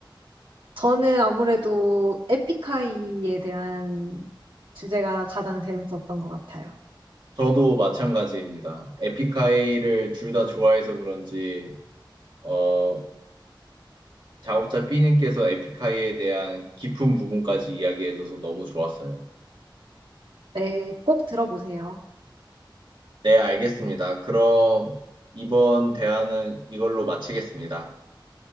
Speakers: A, on the right; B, on the right.
A: 저는 아무래도 에픽하이에 대한 주제가 가장 재밌었던 것 같아요.
B: 저도 마찬가지입니다. 에픽하이를 둘 다 좋아해서 그런지 어, 작업자 B님께서 에픽하이에 대한 깊은 부분까지 이야기해줘서 너무 좋았어요.
A: 네, 꼭 들어보세요.
B: 네, 알겠습니다. 그럼 이번 대화는 이걸로 마치겠습니다.